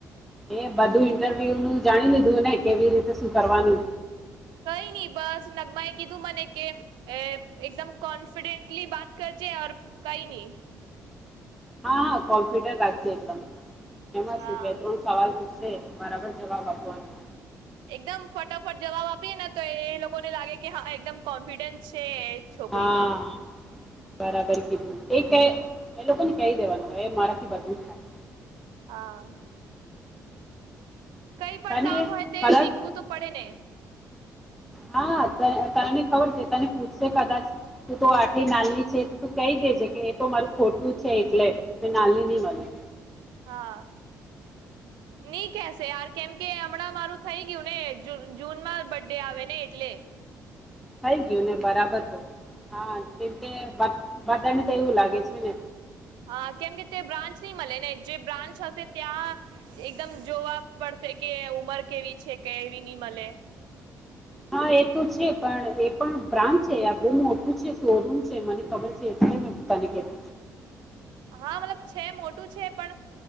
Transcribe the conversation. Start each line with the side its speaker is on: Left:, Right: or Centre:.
Centre: એ બધું ઇન્ટરવ્યુ નું જાણી લીધું ને કેવી રીતે શું કરવાનું
Right: કઈ નહી બસ નગમા એ કીધું મને કે એકદમ કોન્ફિડેન્ટલી બાત કર ચે કઈ નહી
Centre: હા હા કોમ્પ્યુટર રાખજ એકદમ એમાં
Right: હા
Centre: શું છે ત્રણ સવાલ, છે બરાબર જવાબ આપવાનું
Right: એકદમ ફટાફટ જવાબ આપીએ ને તો એ લોકો ને લાગે કે હા એકદમ કોન્ફિડન્સ છે છોકરીમાં
Centre: હા બરાબર કીધું એ ક એ લોકો ને કહી દેવાનું એ મારાથી બધું થાય
Right: હા કઈ પણ
Centre: તને
Right: કામ હોય તે
Centre: કદાચ
Right: શીખવું તો પડે ને
Centre: હા તને ખબર છે તને પૂછશે કદાચ તું તો આટલી નાલની છે તો તું કહી દેજે કે એ તો મારું ખોટું છે એટલે મે નાલની નહી બની
Right: હા નઈ કેશે યાર કેમ કે હમણાં મારું થઈ ગયું ને જૂન માં બર્ ડે આવે ને એટલે
Centre: થઈ ગયું ને બરાબર તો હા કેમ કે બદાને તો એવું લાગે છે ને
Right: હા કેમ કે તે બ્રાન્ચની મળલે ને જે બ્રાન્ચ હશે ત્યાં એકદમ જોવા પડશે કે ઉમર કેવી છે, કેવીની મલે.
Centre: હ હા એ તો છે, પણ એ પણ બ્રાન્ચ છે, આ બો મોટું છે શોરૂમ છે, મને ખબર છે. <inaudible>
Right: હા મતલબ છે, મોટું છે, પણ